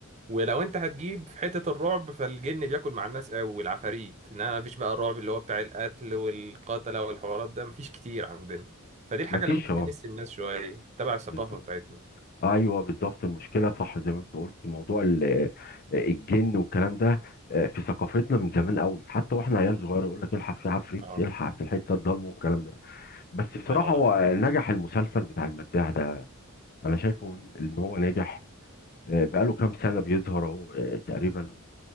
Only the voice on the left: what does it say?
مفيش
اه
بالظبط
ايوه بالظبط المشكله صح زي ما انت قلت موضوع ال- الجن والكلام ده آه، في ثقافتنا من زمان قوي حتى واحنا عيال صغيره يقول لك الحق في عفريت
الحق في الحته الضلمه والكلام ده بس
بصراحه
هو
نجح المسلسل بتاع المداح ده انا شايفه ان إن هو ناجح آه، بقاله كام سنه بيظهر اهو آه، تقريبا